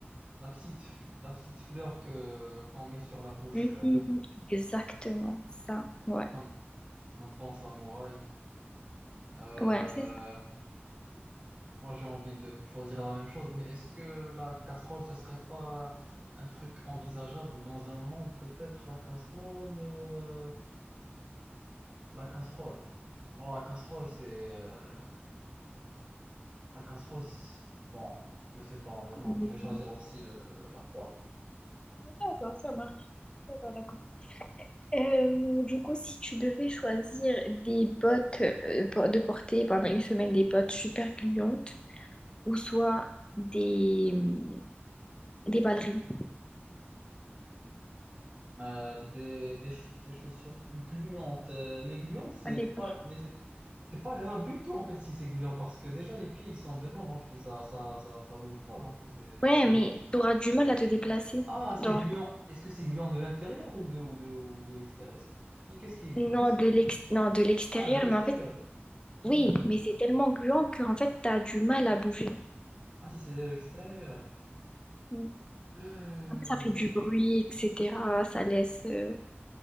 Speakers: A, on the right; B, on the left.
A: la petite, la petite fleur que qu'on met sur la bouche,
B: Mhm,
A: euh,
B: Exactement ça, ouais,
A: comme un bon samouraï. Euh,
B: ouais. C'est ça.
A: Moi, j'ai envie de choisir la même chose, mais est-ce que la casserole, ce serait pas un truc envisageable dans un monde? Peut-être la casserole. euh, La casserole. Bon, la casserole, c'est. euh, La casserole, c'est- bon, je sais pas en vrai,
B: Mhm.
A: non. Je vais choisir aussi le... la poêle.
B: D'accord, ça marche. D'accord, d'accord. Euh, du coup, si tu devais choisir des bottes euh, pour- de porter pendant une semaine des bottes super gluantes ou soit des, hum, des ballerines.
A: Euh, des, des, ch- des chaussures gluantes. euh, mais gluantes, c'est
B: À des
A: pas,
B: poches.
A: mais c'est, c'est pas grave du tout en fait si c'est gluant parce que déjà les pieds ils sont dedans donc ils- ça, ça, ça, ça bouge pas. Donc c'est...
B: Ouais, mais tu auras du mal à te déplacer.
A: Ah, c'est
B: Genre,
A: gluant. Est-ce que c'est gluant de l'intérieur ou de, ou de, ou de l'extérieur? Est-ce que- qui- Qu'est-ce qui est gluant?
B: non,
A: Est-ce-
B: de l'ex non, de l'extérieur,
A: Ah, de l'extérieur.
B: mais en fait,
A: Hmm.
B: oui, mais c'est tellement gluant qu'en fait, t'as du mal à bouger.
A: Ah, si c'est de l'extérieur.
B: Mm.
A: Hmm.
B: Ça fait du bruit, etc. Ça laisse euh,